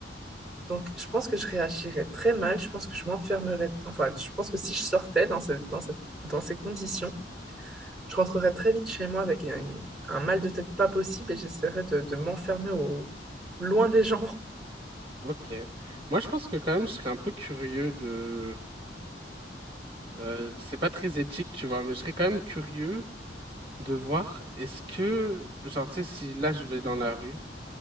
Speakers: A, in the centre; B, on the right.
A: Donc, je pense que je réagirais très mal. Je pense que je m'enfermerais. Enfin, je pense que si je sortais dans, ce- dans, cette- dans ces conditions, je rentrerais très vite chez moi avec un, un mal de tête pas possible et j'essaierais de, de m'enfermer au loin des gens. <laughs>
B: ok. Moi, je pense que quand même, je serais un peu curieux de... euh, c'est pas très éthique, tu vois, mais je serais quand même curieux de voir est-ce que, genre, tu sais, si là, je vais dans la rue